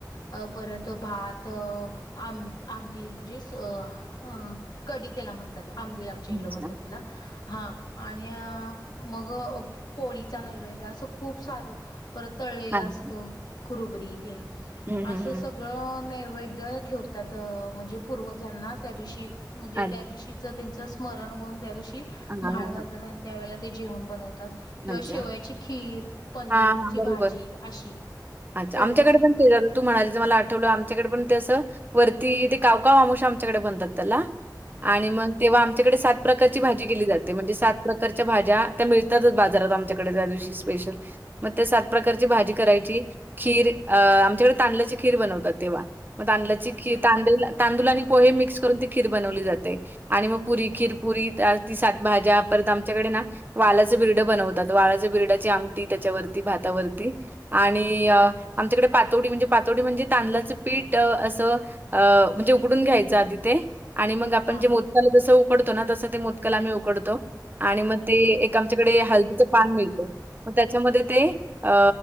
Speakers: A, on the left; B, on the right.
A: अ परत भात आं आंबिल म्हणजेच अ हा कढी त्याला म्हणतात. आंबील आमच्या
B: अच्छा.
A: इकडं म्हणतात त्याला हा आणि मग ओके पोळीचा नैवेद्य आसं खूप सारं परत तळलेलं
B: अच्छा.
A: असत खुरुगडी तेन
B: हं, हं,
A: असं
B: हं.
A: सगळं ग नैवेद्य ठेवतात अ म्हणजे पूर्वजांना त्या दिवशी म्हणजे
B: अच्छा.
A: त्या दिवशी च त्यांच स्मरण म्हणून त्या दिवशी
B: हां,
A: म्हाळ
B: हां.
A: घालतात आणि त्यावेळेला ते जेवण बनवतात किंवा
B: अच्छा.
A: शेवयाची खीर, पनीरची
B: हां, हां. बरोबर.
A: भाजी अशी
B: अच्छा
A: करत
B: आमच्याकडे
A: असतात.
B: पण तेच तू म्हणायलीस मला आठवलं आमच्याकडे पण ते, असं वरती ते कावकाव आमोशा आमच्याकडे म्हनतात त्याला आणि मग तेव्हा आमच्याकडे सात प्रकारची भाजी केली जाते, म्हणजे सात प्रकारच्या भाज्या त्या मिळत त्यातच बाजारात आमच्याकडे त्या दिवशी स्पेशल मग त्या सात प्रकारची भाजी करायची, खीर अ आमच्याकडे तांदल्याची खीर बनवतात तेव्हा मग तांदलाची
A: अच्छा
B: खीर तांदूल, तांदूळ आणि पोहे मिक्स करून ती खीर बनवली जाते. आणि मग पुरी खिरपुरी ती सात भाज्या परत आमच्याकडे ना वालच च आहे बिरड बनवतात. वालाच्या बिरड्याची आमटी, त्याच्यावरती भातावरती आणि आमच्याकडे पातोडी म्हणजे पातोडी म्हणजे तांदलाचं पीठ असं अ म्हणजे उकडून घ्यायच आधी ते आणि मग आपण
A: हा
B: जे मोदकाला
A: हा
B: जस उकडतो ना तसं, ते मोदकला आम्ही उकडतो आणि मग ते तीकडे हल्दीच पान मिळत मग त्याच्यामध्ये ते अ